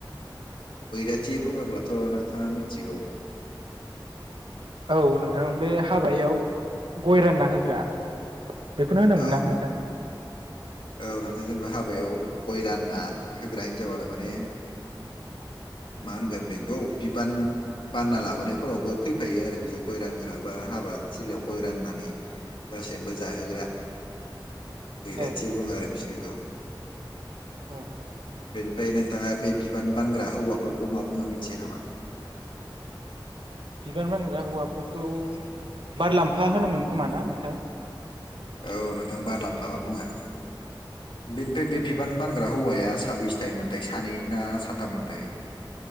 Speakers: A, on the left (about 80°); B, on the right (about 80°).
A: बैराथि बुङोब्लाथ' नोंथाङा मिथिगौ
B: औ नोंथां बे हाबायाव गय रानना होग्रा बेखौनो होनोमोन
A: औ
B: ना नोंथां
A: औ नोंथां जेनेबा हाबायाव गय रानना होग्रा हिनजाव आरो माने मा होनगोन बेखौ बिबान बानना लाबोनायफोरावबो फैफायो आरो बिसोर गय रानग्रा बा हाबा थिलियाव गय राननानै गासैबो जाहोग्रा बैराथि
B: औ
A: दङ आरो बिसोरखौ
B: औ औ
A: बेनिफ्राय नोंथाङा बे बिबान बानग्रा हौवाफोरखौ मा बुङो मिथियो नामा
B: बिबान बानग्रा हौवाफोरखौ बार लाम्फा होनोमोन खोमा ना नोंथां?
A: औ नोंथां बारलामफा बुंङो बेनिफ्राय बे बिबान बानग्रा हौवाया साबैसे थायोमोनथाय सानै ना स थाम दाय